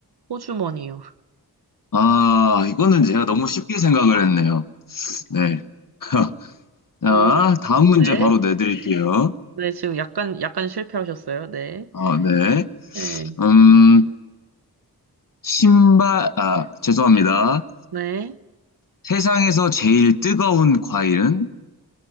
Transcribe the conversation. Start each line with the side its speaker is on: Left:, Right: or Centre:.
Right: 호주머니요.
Left: 아, 이거는 제가 너무 쉽게 생각을 했네요. 네. <laughs> 자,
Right: 어,
Left: 다음 문제
Right: 네.
Left: 바로 내드릴게요.
Right: 네, 지금 약간, 약간 실패하셨어요. 네.
Left: 어, 네.
Right: 네.
Left: 음, 신발, 아, 죄송합니다.
Right: 네.
Left: 세상에서 제일 뜨거운 과일은?